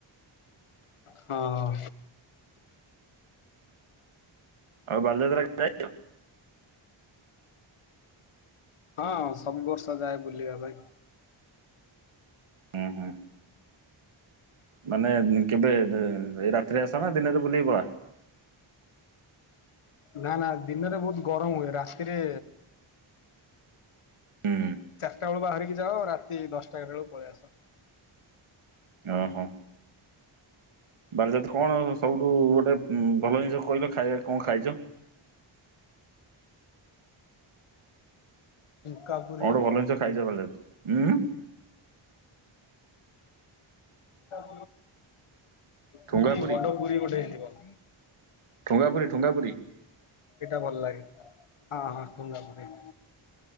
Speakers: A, on the left; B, on the right.
A: ହଁ
B: ଆଉ ବାଲଯାତ୍ରା ଯାଇଛ।
A: ହଁ ସବୁ ବର୍ଷ ଯାଏ ବୁଲିବା ପାଇଁ
B: ହୁଁ ହୁଁ। ମାନେ କେବେ ଦେ ଦେ ରାତିରେ ଆସ ନା ଦିନେରେ ବୁଲିକି ପଳା?
A: ନା ନା ଦିନରେ ବହୁତ ଗରମ ହୁଏ ରାତିରେ
B: ହୁଁ
A: ଚାରିଟା ବେଳୁ ବାହାରିକି ଯାଅ ରାତି ଦଶଟାଟ ବଳକୁ ପଳେଇ ଆସ
B: ଓହୋ ବାରଜାତ କଣ ସବୁଠୁ ଗୋଟେ ଭଲ ଜିନିଷ କହିଲ ଖାଇବା କଣ ଖାଇଛ? <inaudible>
A: ଠୁଙ୍କା ପୁରୀ
B: କଣ ଗୋଟେ ଭଲ ଜିନିଷ ଖାଇଛ ଵଲେ ଉଁ
A: <unintelligible>
B: ଠୁଙ୍ଗାପୁରୀ
A: ପୁରୀ ବଡ ପୁରୀ ଗୋଟେ ହେଇଥିବ
B: ଠୁଙ୍ଗାପୁରୀ ଠୁଙ୍ଗାପୁରୀ
A: ଏଇଟା ଭଲ ଲାଗେ ହଁ ହଁ ଠୁଙ୍ଗାପୁରୀ